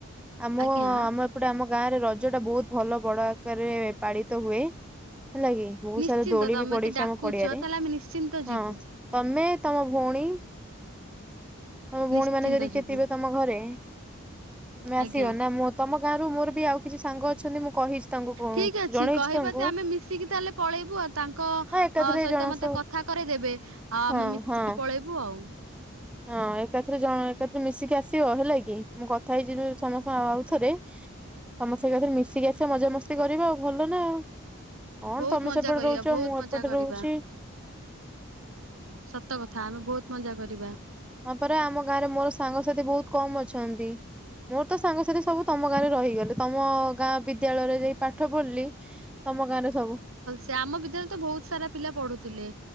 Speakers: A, in the centre; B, on the right.
A: ଆମ
B: ଆଜ୍ଞା
A: ଆମ ଏପଟେ ଆମ ଗାଁରେ ର ଯୋଉଟା ବୋହୁତ ଭଲ ବଡ ଆକାର୍ ରେ ପାଳିତ ହୁଏ। ହେଲା କିି ବୋହୁତ
B: ନିଶ୍ଚିନ୍ତ
A: ସାରା ଦୋଳି
B: ତମେ
A: ବି ପଡିଛି
B: ତ ଡାକୁଛ
A: ଆମ ପଡିଆରେ
B: ତାହେଲେ ଆମେ ନିଶ୍ଚିନ୍ତ ଯିବୁ
A: ହଁ। ତମେ ତମ ଭଉଣୀ। ତମ ଭଉଣୀ
B: ନିଶ୍ଚିନ୍ତ
A: ମାନେ ଯଦି କିଏ
B: ଯିବୁ
A: ଥିବେ ତମ ଘରେ ତମେ ଆସିବ
B: ଆଜ୍ଞା
A: ନା ମୁଁ ତମ ଗାଁ ରୁ ମୋର ବି ଆଉ କିଛି ସାଙ୍ଗ ଅଛନ୍ତି ମୁଁ କହିଛି ତାଙ୍କୁ
B: ଠିକ୍ ଅଛି
A: ଜଣେଇଛି
B: କହିବ
A: ତାଙ୍କୁ
B: ତି ଆମେ ମିଶିକି ତାହେଲେ ପଳେଇବୁ ଆଉ ତାଙ୍କ
A: ଏକାଥରେ
B: ହଁ ସହିତ
A: ଜଣ
B: ମତେ
A: ସହ
B: କଥା କରେଇ ଦେବେ ଆଉ
A: ହଁ
B: ଆମେ ମିଶିକି
A: ହଁ
B: ପଳେଇବୁ ଆଉ।
A: ହଁ ଏକାଥରେ ଜଣ ଏକାଥରେ ମିଶିକି ଆସିବ ହେଲା କି ମୁଁ କଥା ହେଇଯିବି ସମସ୍ତ ଆଉ ଥରେ। ତମ ସେ ଆଡେ ମିଶିକି ଆସ ମଜାମସ୍ତି କରିବା ଆଉ ଭଲ ନା। କଣ
B: ବହୁତ
A: ତମେ
B: ମଜା
A: ସେପଟେ
B: କରିବା
A: ରହୁଛ
B: ବହୁତ
A: ମୁଁ ଏପଟେ
B: ମଜା କରିବା
A: ରହୁଛି।
B: ସତ କଥା ଆମେ ବୋହୁତ ମଜା କରିବା।
A: ହିଁ ପରା ଆମ ଗାଁ ରେ ମୋର ସାଙ୍ଗସାଥି ବୋହୁତ୍ କମ୍ ଅଛନ୍ତି। ମୋ ତ ସାଙ୍ଗସାଥି ସବୁ ତମ ଗାଁରେ ରହିଗଲେ ତମ ଗାଁ ବିଦ୍ୟାଳୟରେ ଯାଇ ପାଠ ପଢଲି ତମ ଗାଁରେ ସବୁ।
B: ସେ ଆମ ବିଦ୍ୟାଳ ତ ବହୁତ ସାରା ପିଲା ପଢୁଥିଲେ